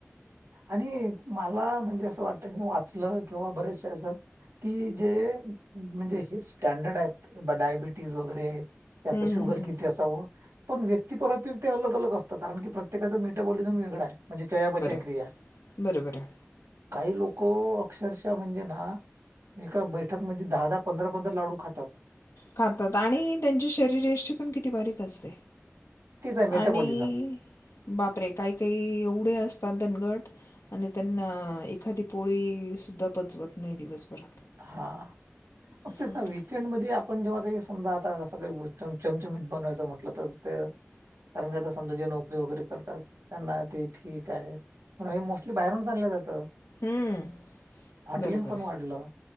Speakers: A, on the right (about 75°); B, on the left (about 75°).
A: आणि मला म्हणजे असं वाटत की वाचलं किंवा बरेचसे असं कि जे म्हणजे हे स्टँडर्ड आहेत. डायबिटीज वगैरे, त्याच
B: हं,
A: शुगर
B: हं, हं, हं.
A: किती असावं? पण व्यक्ती परत ते ते अलग अलग असत कारण की प्रत्येकाचा मेटाबॉलिजम वेगळय म्हणजे चयापचय
B: बरोबरं
A: क्रिया
B: ये.
A: काही लोक अक्षरशा म्हणजे ना. एका बैठक मध्ये दहा दहा पंधरा पंधरा लाडू खातात.
B: खातात. आणि त्यांची शरीरष्टी पण किती बारीक असते.
A: तेच आहे मेटाबॉलिझम
B: आणि बापरे! काही काही एवढे अस <unintelligible> गट आणि त्यांना एखादी पोळी सुद्धा पचवत नाही दिवसभरात.
A: हा मग
B: असं
A: तेच
B: होतं
A: ना विकेंड मध्ये आपण जेव्हा. समजा आता अस काही चमचमीत बनवायचं म्हटलं तर ते कारण की आता समजा जे नोकरी वगैरे करतात त्यांना ते ठीक आहे. पण हे मोस्टली बाहेरून आणलं जात.
B: हम्म
A: हॉटेलिंग
B: बरोबर
A: पण
B: आहे.
A: वाढलं.